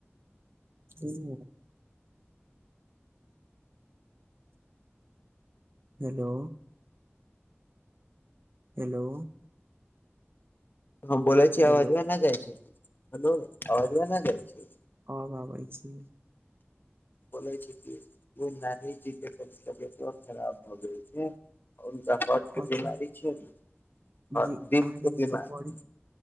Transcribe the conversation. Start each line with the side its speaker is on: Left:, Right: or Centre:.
Right: हुं हेलो। हेलो।
Left: हम बोल छी
Right: हेलो
Left: आवाज़वा नहि जाइ छै त हेलो आवाज़वा नहि जाइ छै।
Right: आब आबै छी।
Left: बोले छै कि ओ नानीजी के तबियत और खराब भ गेल छै। हनका हर्ट
Right: कथी
Left: के बीमारी छै, ने
Right: जी
Left: दिल
Right: अरे
Left: के
Right: उ
Left: बीमारी
Right: तऽ बड़ी